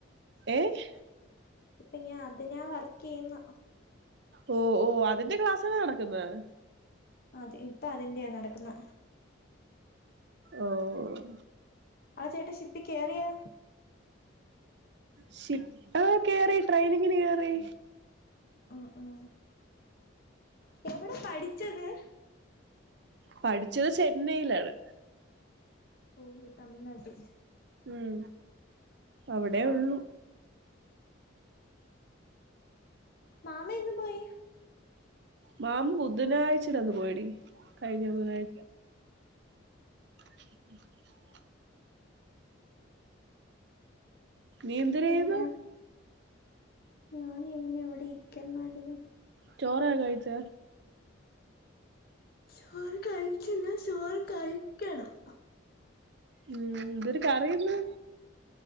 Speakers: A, on the right; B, on the left.
A: ഏഹ്?
B: ഇപ്പ ഞാൻ അതിനാ വർക്കെയ്യുന്ന്.
A: ഓഹ് ഓഹ്. അതിന്റെ ക്ലാസാണോ നടക്ക്ന്നഹ്?
B: അതെ ഇപ്പ അതിന്റെയാ നടക്കുന്ന.
A: ഓഹ്
B: ആ ചേട്ടൻ ഷിപ്പി കേറിയാ
A: ഷിപ്പ് കേറി ട്രെയിനിങ്ങിന് കേറി
B: ഉ ഉം എവിടെ പഠിച്ചത്
A: പഠിച്ചത് ചെന്നൈയിലാണ്
B: ഓഹ് തമിഴ്നാട്ടി
A: ഉം അവിടേ
B: ഓക്കെ
A: ഉള്ളൂ
B: മാമ എന്നു പോയി
A: മാമ ബുധനാഴ്ച്ചടന്ന് പോയടി കഴിഞ്ഞ ബുധനാഴ്ച്ച !!!!!!!!!! നീ എന്തര്
B: പിന്നെ
A: ചെയ്യുവ
B: ഞാൻ ഇങ്ങനെ ഇവിടെ ഇരിക്കുന്നടീ
A: ചോറക കഴിച്ച
B: ചോറ് കഴിച്ചില്ല ചോറ് കഴിക്കണം
A: ഉം എന്തൊര് കറിയിന്ന്